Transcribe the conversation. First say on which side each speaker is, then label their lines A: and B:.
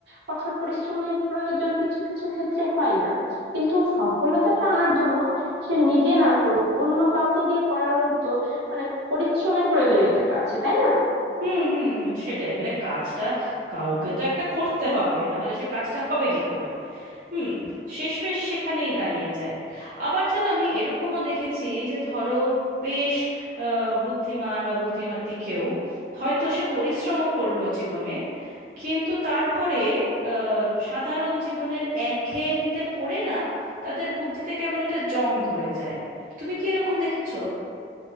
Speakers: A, on the right (about 75°); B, on the right (about 50°).
A: কঠোর পরিশ্রমের প্রয়োজন কিছু কিছু ক্ষেত্রে হয় না কিন্তু সফলতাটা আনার জন্য সে নিজে না করুক অন্য কাউকে দিয়ে করালেও তো মানে পরিশ্রমের প্রয়োজনীয়তাটা আছে তাই না
B: হুম হুম হুম সেটাই মানে কাজটা কাউকে তো একটা করতে হবে না হলে সে কাজটা হবে কি করে হুম শেষমেশ সেখানেই দাঁড়িয়ে যায় আবার যেন আমি এরকমও দেখেছি যে ধরো বেশ আহ, বুদ্ধিমান বা বুদ্ধিমতী কেউ হয়তো সে পরিশ্রমও করলো জীবনে কিন্তু তারপরে আহ, সাধারণ জীবনের একঘেয়েমিতে পড়ে না তাদের বুদ্ধিতে কেমন একটা জং ধরে যায় তুমি কি এরকম দেখেছো